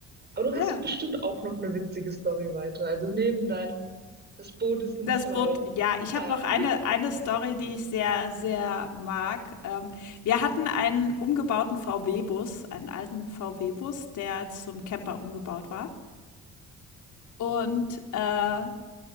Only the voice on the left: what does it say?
Ja,
das
Boot ja, ich
habe noch eine eine Story, die ich sehr, sehr mag. Ähm, wir hatten einen umgebauten VW-Bus, einen alten VW-Bus, der zum Camper umgebaut war. Und, äh,